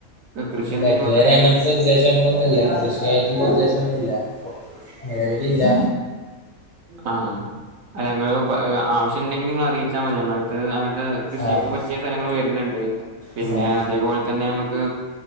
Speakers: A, on the right; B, on the left.
A: കൃഷി
B: ഇല്ല
A: എന്തെങ്കിലും
B: ഇതുവരെ
A: വെക്കണെങ്കില്
B: അങ്ങനത്തെ ഉദ്ദേശങ്ങളൊന്നുല്ല, കൃഷിയായിട്ടുള്ള ഉദ്ദേശ്യമെന്നുമില്ല. നിലവിലില്ല.
A: ആ അല്ല നിങ്ങ പ ആവശ്യണ്ടെങ്കിൽ നിങ്ങൾ അറിയിച്ചാൽ മതി ത് <unintelligible> എ കൃഷിക്ക്
B: ആഹ്
A: പറ്റിയ സ്ഥലങ്ങൾ വരുന്നുണ്ട് പിന്നെ
B: ആഹ്
A: അതേപോലെ തന്നെ നമക്ക്